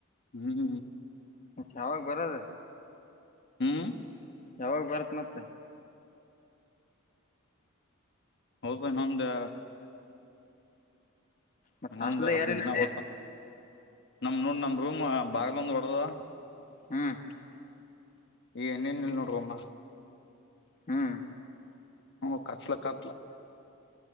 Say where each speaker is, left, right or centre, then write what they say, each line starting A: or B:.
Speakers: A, on the left (about 60°); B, on the left (about 40°).
A: ಹ್ಮ್್ಮ್್ಮ
B: ಹ್ಮ್ಮ್ ಯಾವಾಗ ಬರದ
A: ಹ್ಮ್..
B: ಯಾವಾಗ ಬರುತ್ತ ಮತ್ತ
A: ಹೋಗ ನಮ್ದ..
B: ಮತ್
A: ಇನ್ನೊಂದು
B: ಹಾಸ್ಟೆಲ್
A: ಹದಿನೈದು
B: ಯಾರಿಲ್ಲ
A: ಜನ
B: ಲೇ
A: ಹೋಗ್ತ.. ನಮ ನೋಡ್ ನಮ ರೂಮ್ ಬಾಗಲ ಒಂದ ವಡಡುದಾ
B: ಹ್ಮ್.
A: ಏನೇನ್ಲ್ ನೋಡ್ರವಮ್ಮ
B: ಹ್ಮ್.
A: ಹ್ಮ್ಮ್ ಕತ್ಲ ಕತ್ಲ.